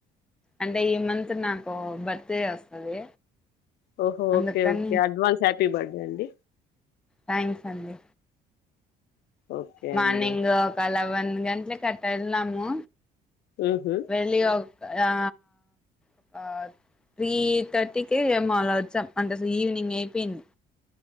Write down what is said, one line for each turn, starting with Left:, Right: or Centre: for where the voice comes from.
Centre: అంటే ఈ మంత్ నాకు బర్త్ డే వస్తది
Left: ఓహో
Centre: అందుకని
Left: ఓకే ఓకే అడ్వాన్స్ బర్డే అండి
Centre: థ్యాంక్స్ అండి
Left: ఓకే
Centre: మార్నింగ్
Left: అండి
Centre: కలవన్ గట్లే కట్ట ఇలము
Left: ఉహు
Centre: వెళ్లికా ఆ ఒక త్రీ థర్టీకి మాలా వచ్చాం అంటె అస్లు ఈవినింగైపోయ్ంది.